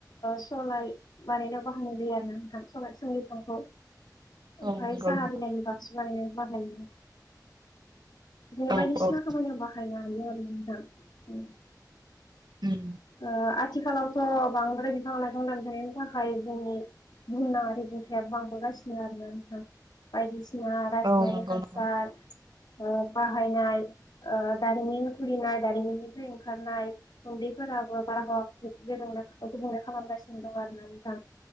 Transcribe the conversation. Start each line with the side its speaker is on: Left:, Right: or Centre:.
Left: स'लाय बानायनायाव बाहायनाय जायो आरो ना नोंथां स'लाय सुमलि बिफांखौ ओमफाय
Right: औ नंगौ
Left: साहा
Right: नोंथां
Left: बिलायनि बारसु बानायनायाव बाहायो बिदिनो
Right: औ
Left: बायदिसिना
Right: औ
Left: खामानियाव बाहायनो हायो आरो नोंथां।
Right: उम
Left: ओ आथिखालावथ' बांद्राय बिफां-लाइफां दफायनायनि थाखाय थाखाय जोंनि बुंहुमना आरि बिदुथाइआ बांबोगासिनो आरो ना नोंथां बायदिसिना बायदिसिना रासनारिक
Right: औ नंगौ
Left: हासार
Right: नोंथां
Left: ओ बाहायनाय ओ दारिमिननि खुलिनाय दारिमिननिफ्राय ओंखारनाय उन्दैफोराबो बारहावा गुबुंल खालामगासिनो दं आरोना नोंथां।